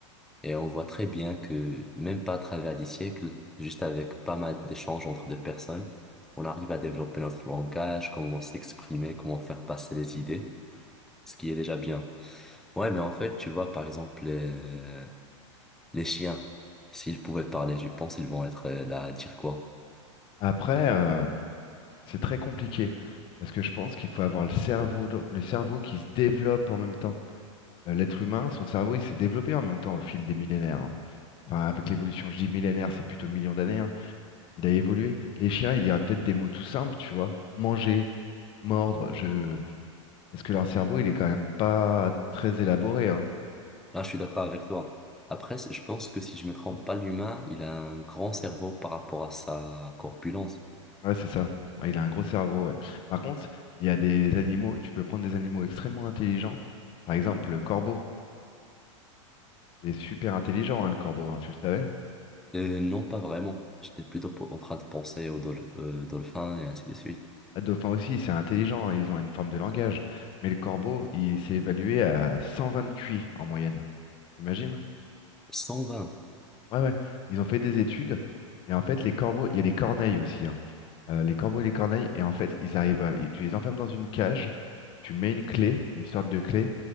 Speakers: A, in the centre; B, on the left.
A: Et on voit très bien que, même pas à travers des siècles, juste avec pas mal d'échanges entre deux personnes, on arrive à développer notre langage, comment s'exprimer, comment faire passer les idées, ce qui est déjà bien. Ouais, mais en fait, tu vois, par exemple, les, les chiens, s'ils pouvaient parler, je pense qu'ils vont être euh, là à dire quoi?
B: Après, euh, c'est très compliqué parce que je pense qu'il faut avoir le cerveau, le cerveau qui se développe en même temps. Euh, L'être humain, son cerveau, il s'est développé en même temps au fil des millénaires. hein. Enfin, avec l'évolution, je dis millénaire, c'est plutôt millions d'années. hein. Il a évolué. Les chiens, il y aurait peut-être des mots tout simples, tu vois. Manger, mordre, je... parce que leur cerveau, il est quand même pas très élaboré. hein.
A: Ah, je suis d'accord avec toi. Après, c- je pense que si je me trompe pas, l'humain, il a un grand cerveau par rapport à sa corpulence.
B: Ouais, c'est ça. Ouais, il a un gros cerveau, ouais. Par contre, il y a des animaux, tu peux prendre des animaux extrêmement intelligents. Par exemple, le corbeau. C'est super intelligent, hein, le corbeau, hein, tu le savais?
A: Euh, non, pas vraiment. J'étais plutôt po- en train de penser aux dol- euh, dolphins et ainsi de suite.
B: Ah, Le dauphin aussi, c'est intelligent, hein, ils ont une forme de langage. Mais le corbeau, il s'est évalué à 120 QI en moyenne. T'imagines?
A: 120.
B: Ouais, ouais. Ils ont fait des études. Et en fait, les corbeaux, il y a les corneilles aussi. hein. Euh, les corbeaux et les corneilles, et en fait, ils arrivent à... Tu les enfermes dans une cage, tu mets une clé, une sorte de clé,